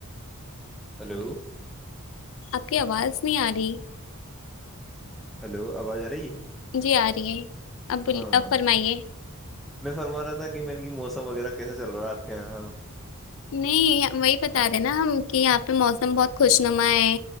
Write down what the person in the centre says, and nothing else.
ہیلو
ہلو آواز آ رہی ہے
ہاں
میں فرما رہا تھا کہ میں کہ موسم وغیرہ کیسے چل رہا ہے آپ کے یہاں